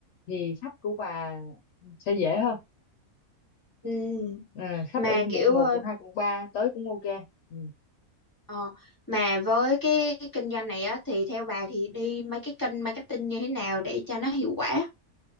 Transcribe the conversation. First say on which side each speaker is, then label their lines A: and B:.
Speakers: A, on the left; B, on the left.
A: Thì khách của bà sẽ dễ hơn.
B: Ừ.
A: Ừ, khách
B: Mà
A: ở
B: kiểu
A: quận một
B: ờ,
A: quận 2, quận 3 tới cũng ok. Ừ.
B: Ờ, mà với cái kinh doanh này á thì theo bà thì đi mấy cái kênh marketing như thế nào để cho nó hiệu quả?